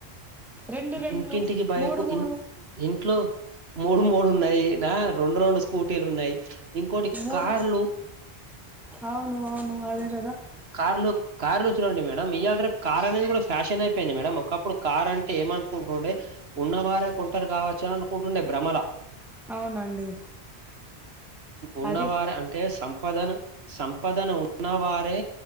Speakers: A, in the centre; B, on the right.
A: రెండు రెండ్లు
B: ఇంటింటికి బైకు
A: మూడు మూడు
B: ఇన్ ఇంట్లో మూడు మూడు ఉన్నాయి నా రెండు రెండు స్కూటీలు ఉన్నాయి ఇంకోటి
A: మూడు
B: కార్లు
A: అవును అవును అదే కదా
B: కార్లు కార్లు చూడండి మేడం ఇవాళ రేపు కార్ అనేది కూడా ఫ్యాషన్ అయిపోయింది మేడం ఒకప్పుడు కార్ అంటే ఏమ అనుకుంటుండే ఉన్నవారే కొంటరూ కావచ్చు అని అనుకుంటుండే భ్రమల
A: అవునండి
B: ఉన్న
A: అది
B: వారి అంట అంటే సంపాదను సంపదన ఉన్నవారే